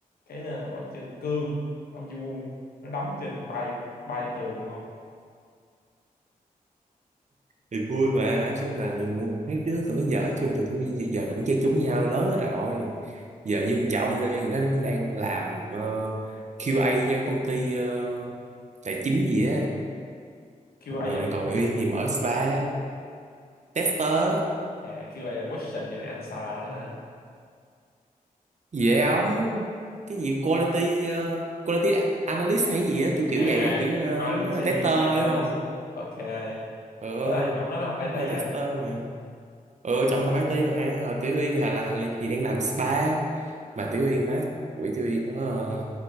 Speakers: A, on the left; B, on the right.
A: cái ờ, bảo chân cương ông Ji Won nó đấm chân bay bay vô tường luôn không
B: thì vui mà nói chung là mấy đứa tụi nó giờ chung tụi tôi giờ cũng chơi chung với nhau lớn hết rồi giờ như thằng Trọng đi nó cũng đang làm ờ, QA cho công ty ờ, tài chính gì á
A: QA
B: rồi
A: là cái
B: còn
A: gì
B: Uyên
A: không
B: thì mở spa tester
A: à, QA là question and answer á hả
B: dễ ống cái gì quality ờ, quality analyst hay gì á kiểu kiểu
A: à
B: vậy á kiểu ờ,
A: quality
B: nó là tester
A: analyst
B: đúng không
A: ok
B: ờ
A: có là Trọng đó nó học IT
B: nó là tester
A: vậy
B: mà ờ trong học IT mà Ờ, Tiểu Uyên là, là thì đang làm spa mà Tiểu Uyên má quỷ Tiểu Uyên nó ờ,